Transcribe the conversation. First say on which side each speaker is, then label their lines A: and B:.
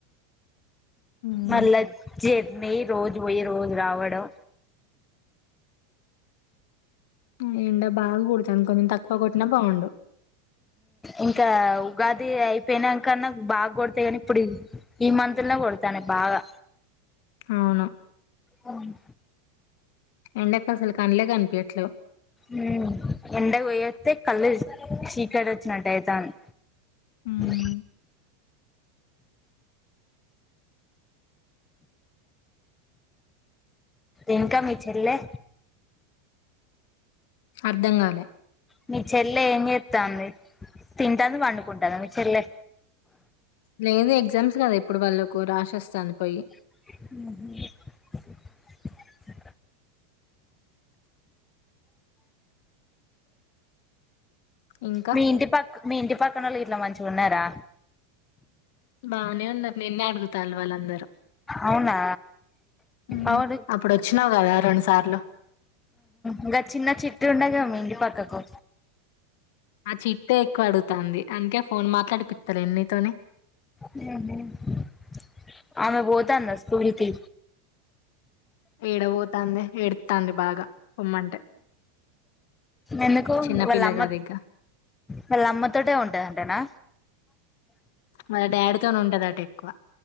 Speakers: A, on the left; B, on the left.
A: ఉమ్.
B: మళ్ళా జర్నీ రోజు పోయి రోజు రావడం
A: ఉ ఎండ బాగా కొడుతాంది కొంచెం తక్కువ కొట్టినా బాగుండు
B: ఇంకా ఉగాది అయిపోయినా కన్నా బాగా కొడతాయి కానీ ఇప్పుడు ఈ మంత్ ల్లే కొడుతాన్నాయ్ బాగా
A: అవునా
B: అవును
A: ఎండక్ అసలు కండ్లే కనిపియట్లేవు
B: ఉ ఎండకు పోయస్తే కళ్ళు చీకటి వచ్చినట్టు అయితాంది
A: ఉమ్.
B: మ ఇంకా మీ చెల్లె
A: అర్ధం కాలే
B: మీ చెల్లె ఏం చేస్తాంది తింటాంది పండుకుంటుంది మీ చెల్లె
A: లేదు ఎగ్జామ్స్ కదా ఇప్పుడు వాళ్ళలకు రాసి వస్తాంది పోయి
B: ఉహు
A: ఇంకా
B: మీ ఇంటి పక్క మీ ఇంటి పక్కన వాళ్ళు ఇట్లా మంచిగా ఉన్నారా
A: బాగనే ఉన్నారు నిన్నే అడుగుతాళ్లు వాళ్ళందరూ
B: అవునా
A: ఉ
B: అవును
A: అప్పుడు వచ్చినావు కదా రెండు సార్లు
B: ఇంకా చిన్న చిట్ ఉండగ మీ ఇంటి పక్కకు
A: ఆ చిట్టే ఎక్కువ అడుగుతంది అందుకే ఫోన్ మాట్లాడి పత్తలు ఎన్నితోని
B: హు హు అమె పోతంద స్కూలి కి
A: ఏడబోతుంది ఏడుతాంది బాగా పోమ్మంటే
B: ఎందుకు
A: చిన్నపిల్ల
B: వాళ్ళ అమ్మ
A: గాద ఇంగ
B: వాళ్ళ అమ్మతోటే ఉంటాదింటనా
A: వాళ్ళ డాడీతోనే ఉంటది అట ఎక్కువ